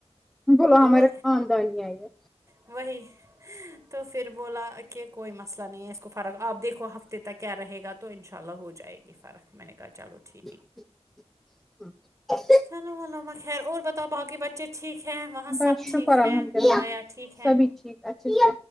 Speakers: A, in the centre; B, on the right (about 25°).
A: بلاو
B: تو
A: ہمارا خاندانی آئی ہے
B: وہی تو پھر بولا کہ کوئی مسئلہ نہیں ہے اس کو فرق آپ دیکھو ہفتے تک کیا رہے گا تو انشاء اللہ ہو جائے گی فرق میں نے کہا چلو ٹھیک ہے
A: <inaudible> <inaudible>
B: کھانا بںانا خیر اور بتاؤ باقی بچے ٹھیک ہیں وہاں
A: بس
B: سب
A: شکر
B: ٹھیک ہیں
A: الحمد للہ
B: بھایا ٹھیک ہیں
A: سبھی ٹھیک ہاں جی